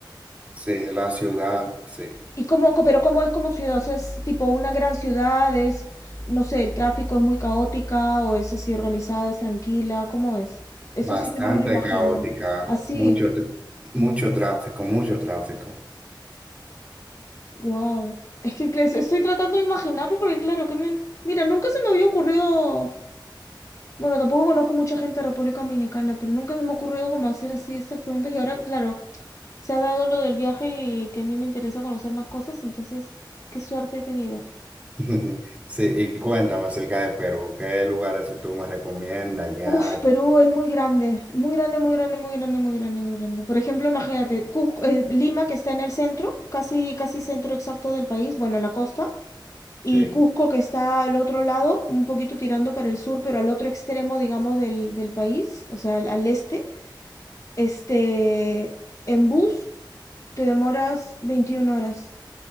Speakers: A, on the right; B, on the left.
A: Sí, la ciudad, sí.
B: ¿Y cómo, pero cómo es como ciudad? O sea, es tipo una gran ciudad, es, no sé, el tráfico es muy caótica o es así organizada, es tranquila, ¿cómo es? Eso
A: Bastante
B: sí que no me lo imagino.
A: caótica,
B: Así,
A: mucho, tr- mucho tráfico, mucho tráfico.
B: wow. Es que claro, estoy tratando de imaginarlo porque claro, que me- mira, nunca se me había ocurrido, bueno, tampoco conozco mucha gente de República Dominicana, pero nunca se me ha ocurrido como hacer así estas preguntas y ahora, claro, se ha dado lo del viaje y que a mí me interesa conocer más cosas, entonces, qué suerte he tenido.
A: <laughs> Sí, y cuéntame acerca de Perú, ¿qué lugares tú me recomiendas ya?
B: Uf, Perú es muy grande, muy grande, muy grande, muy grande, muy grande, muy grande. Por ejemplo, imagínate, Cusco- eh, Lima que está en el centro, casi, casi centro exacto del país, bueno, en la costa,
A: Sí,
B: y Cusco que está al otro lado, un poquito tirando para el sur, pero al otro extremo, digamos, del, del país, o sea, al, al este. Este, en bus te demoras 21 horas.